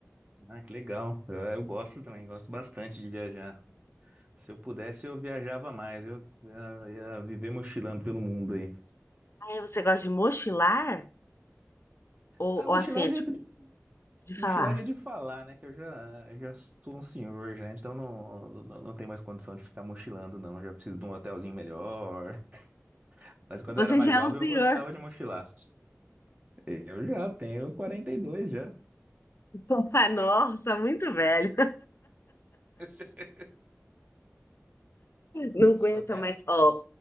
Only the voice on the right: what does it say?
Ah, que legal. Eu, eu gosto também, gosto bastante de viajar. Se eu pudesse, eu viajava mais, eu ia, ia viver mochilando pelo mundo aí.
A
mochilagem
é jeito de,
mochilar é de falar, né? Que eu já, já sou um senhor já, então não, não, não tenho mais condição de ficar mochilando, não. Já preciso de um hotelzinho melhor. Mas quando
eu era mais
jovem,
eu gostava de mochilar. Eu já tenho Quarenta e dois já.
<laughs> Só,
só tenho